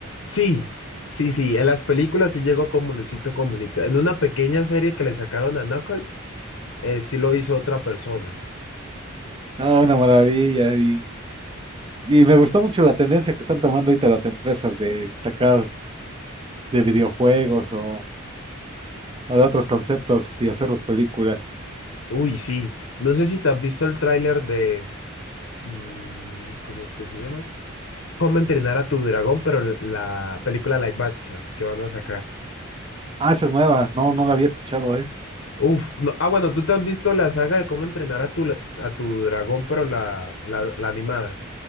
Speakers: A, on the left (about 60°); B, on the right (about 25°).
A: Sí, sí, sí, en las películas sí llegó como Luisito Comunica. En una pequeña serie que le sacaron a Knuckles, eh, sí lo hizo otra persona.
B: Ah, una maravilla. Y, y me gustó mucho la tendencia que están tomando ahorita las empresas de sacar de videojuegos o, o de otros conceptos y hacerlos películas.
A: Uy, sí. No sé si te has visto el tráiler de... mm, ¿cómo es que se llama? ¿Cómo entrenar a tu dragón? Pero la la película live action que van a sacar.
B: Ah, esa es nueva. No, no la había escuchado,
A: Uf, no. Ah, bueno, tú te has visto la saga de cómo entrenar a tu, la- a tu dragón, pero la, la, la animada.